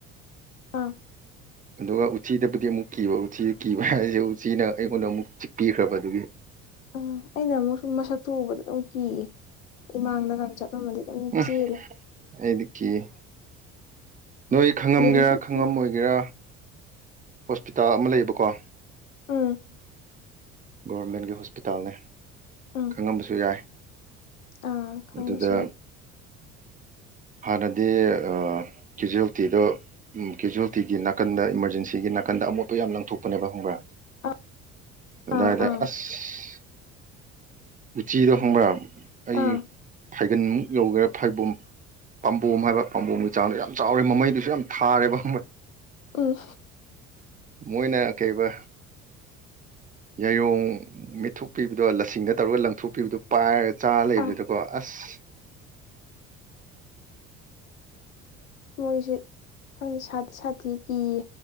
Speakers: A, on the left; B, on the right.
A: ꯑꯥ
B: ꯑꯗꯨꯒ ꯎꯆꯤꯗꯕꯨꯗꯤ ꯑꯃꯨꯛ ꯀꯤꯕ ꯎꯆꯤꯗ ꯀꯤꯕ ꯑꯩꯁꯨ ꯎꯆꯤꯅ ꯑꯩꯉꯣꯟꯗ ꯑꯃꯨꯛ ꯆꯤꯛꯄꯤꯈ꯭ꯔꯕ ꯑꯗꯨꯒꯤ
A: ꯑ ꯑꯩꯅ ꯑꯃꯨꯛꯁꯨ ꯃꯁꯛ ꯇꯨ ꯎꯕꯗ ꯀꯤꯌꯦ ꯏꯃꯥꯡꯗꯒ ꯆꯠꯂꯝꯃꯗꯤ ꯑꯗꯨꯝ
B: ꯎꯝ
A: ꯆꯦꯜꯂꯦ
B: ꯑꯩꯗꯤ ꯀꯤꯌ‌ꯦ ꯅꯣꯏ ꯈꯪꯉꯝꯒꯦꯔꯥ
A: ꯂꯤꯟꯁꯨ
B: ꯈꯪꯉꯝꯃ‌ꯣꯏꯒꯦꯔꯥ
A: ꯀꯤ
B: ꯍꯣꯁꯄꯤꯇꯥꯜ ꯑꯃ ꯂꯩꯌꯦꯕꯀꯣ
A: ꯎꯝ
B: ꯒꯣꯔꯃꯦꯟꯒꯤ ꯍꯣꯁꯄꯤꯇꯥꯜꯅꯦ
A: ꯎꯝ
B: ꯈꯪꯉꯝꯕꯁꯨ ꯌꯥꯏ
A: ꯑꯥ ꯈꯪꯕꯁꯨ
B: ꯑꯗꯨꯗ
A: ꯌꯥꯏ
B: ꯍꯥꯟꯅꯗꯤ ꯑ ꯀꯦꯖꯨꯋꯦꯜꯇꯤꯗꯣ ꯎꯝ ꯀꯦꯖꯨꯋ‌ꯦꯜꯇꯤꯒꯤ ꯅꯥꯀꯟꯗ ꯏꯃꯥꯔꯖꯦꯟꯁꯤꯒꯤ ꯅꯥꯀꯟꯗ ꯑꯃꯣꯠꯄ ꯌꯥꯝ ꯂꯪꯊꯣꯛꯄꯅꯦꯕ ꯈꯪꯕ꯭ꯔꯥ
A: ꯑꯥ
B: ꯑꯗꯥꯏꯗ
A: ꯑꯥ ꯑꯥ
B: ꯑꯁ ꯎꯆꯤꯗꯣ ꯈꯪꯕ꯭ꯔꯥ ꯑꯩ
A: ꯑꯥ
B: ꯐꯥꯏꯒꯟꯃꯨꯛ ꯌꯧꯒꯦꯔ ꯐꯥꯏꯕꯣꯝ ꯄꯥꯝꯕꯣꯝ ꯍꯥꯏꯕ ꯄꯥꯝꯕꯣꯝꯒꯤ ꯆꯥꯡꯗ ꯌꯥꯝ ꯆꯥꯎꯔꯦ ꯃꯃꯩꯗꯨꯁꯨ ꯌꯥꯝ ꯊꯥꯔꯦꯕ
A: ꯎꯝ
B: ꯃꯣꯏꯅ ꯀꯩꯕ ꯌꯥꯏꯌꯣꯡ ꯃ‌ꯦꯠꯊꯣꯛꯄꯤꯕꯗꯣ ꯂꯁꯤꯡꯗ ꯇꯧꯔꯒ ꯂꯪꯊꯣꯛꯄꯤꯕꯗꯣ ꯄꯥꯏꯔ ꯆꯥ ꯂꯩꯕꯤꯗ‌ꯣꯀꯣ
A: ꯑꯥ
B: ꯑꯁ
A: ꯃꯣꯏꯁꯦ ꯈꯪꯗ‌ꯦ ꯁꯥꯠ ꯁꯥꯊꯤ ꯀꯤꯌꯦ